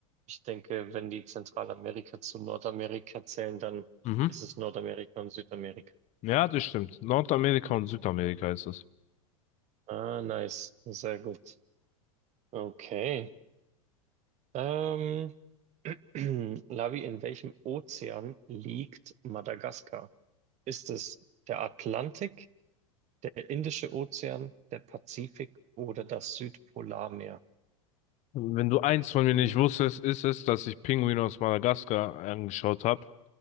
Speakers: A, on the right (about 40°); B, on the left (about 40°).
A: ich denke, wenn die Zentralamerika zu Nordamerika zählen, dann
B: Mhm.
A: ist es Nordamerika und Südamerika.
B: Ja, das stimmt. Nordamerika und Südamerika ist es.
A: Ah, nice, sehr gut. Okay. Ähm, <clears throat> Lavi, in welchem Ozean liegt Madagaskar? Ist es der Atlantik, der Indische Ozean, der Pazifik oder das Südpolarmeer?
B: Wenn du eins von mir nicht wusstest, ist es, dass ich Pinguine aus Madagaskar angeschaut habe